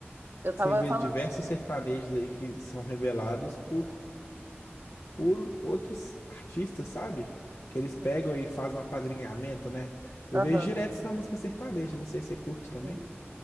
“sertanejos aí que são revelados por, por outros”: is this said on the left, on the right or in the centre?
Left